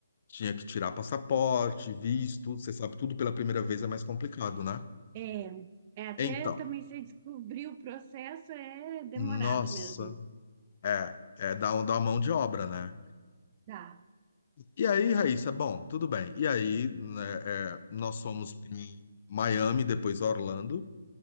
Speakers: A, on the left; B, on the right.
A: tinha que tirar passaporte, visto. Você sabe, tudo pela primeira vez é mais complicado, né?
B: É, é até
A: Então,
B: também você descobrir o processo é demorado
A: nossa,
B: mesmo.
A: é, é dá, um- uma mão de obra, né?
B: Tá.
A: E aí, Raíssa, bom, tudo bem. E aí, né, é, nós fomos em Miami, depois Orlando.